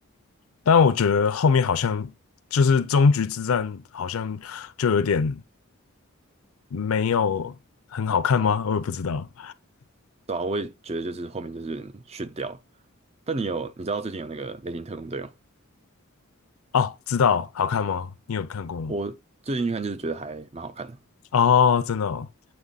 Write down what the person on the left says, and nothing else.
但我觉得后面好像就是终局之战，好像就有点没有很好看吗？我也不知道。
哦，知道，好看吗？你有看过吗？
哦，真的哦，